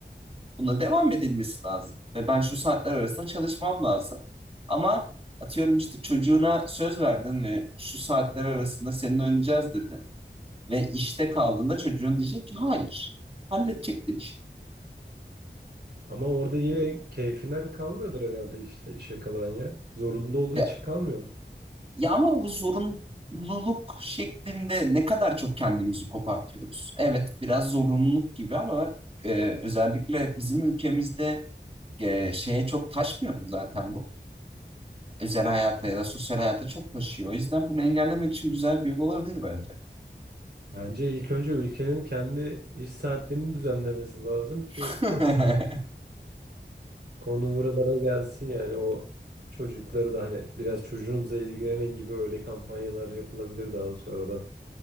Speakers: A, on the right; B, on the right.
A: Buna devam edilmesi lazım. Ve ben şu saatler arasında çalışmam lazım. Ama atıyorum işte çocuğuna söz verdin ve şu saatler arasında seninle oynayacağız dedin. Ve işte kaldığında çocuğun diyecek ki hayır. Halledecek demiş.
B: Ama orada yine keyfinden kalmıyordur herhalde işte işe kalan ya. Zorunda olduğu
A: Ya,
B: için kalmıyor.
A: ya ama bu zorunluluk şeklinde ne kadar çok kendimizi kopartıyoruz. Evet biraz zorunluluk gibi ama e, özellikle bizim ülkemizde e, şeye çok taşmıyor mu zaten bu? özel hayata ya da sosyal hayata çok taşıyor. O yüzden bunu engellemek için güzel bir yol olabilir bence.
B: Bence ilk önce ülkenin kendi iş saatlerini düzenlemesi lazım ki
A: <laughs>
B: konu buralara gelsin yani o çocukları da hani biraz çocuğunuzla ilgilenin gibi öyle kampanyalar yapılabilir daha sonradan.